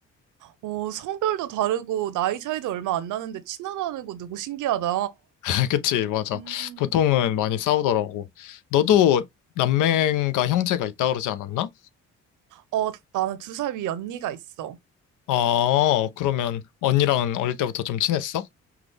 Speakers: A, on the right (about 85°); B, on the left (about 85°).
A: 어, 성별도 다르고 나이 차이도 얼마 안 나는데 친하다는 거 누구 신기하다.
B: <laughs> 그치 맞아.
A: 음.
B: 보통은 많이 싸우더라고. 너도 남매인가 형제가 있다 그러지 않았나?
A: 어, 나는 두 살 위 언니가 있어.
B: 아 그러면 언니랑은 어릴 때부터 좀 친했어?